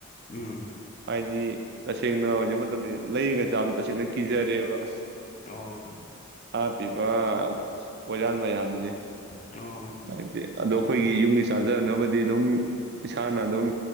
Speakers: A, on the left; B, on the right.
A: ꯎꯝ
B: ꯍꯥꯏꯗꯤ꯫ ꯏ꯫ ꯇꯁꯦꯡꯅ ꯍꯧꯖꯤꯛ ꯃꯇꯝꯗ ꯂꯩꯒ ꯆꯥꯕ꯫ ꯅ ꯀꯤꯖꯔꯦꯕ
A: ꯑꯣ
B: ꯍꯥ ꯄꯤꯕ ꯄꯣꯏꯌꯥꯟ ꯃꯌꯥꯝꯁꯦ
A: ꯑꯣ
B: ꯍꯥꯏꯗꯤ ꯑꯗꯣ ꯑꯩꯈꯣꯏꯒꯤ ꯌꯨꯝꯒꯤ ꯆꯥꯖꯅꯕ꯫ ꯗꯤ ꯑꯗꯨꯝ <inaudible> ꯏꯁꯥꯅ ꯑꯗꯨꯝ꯫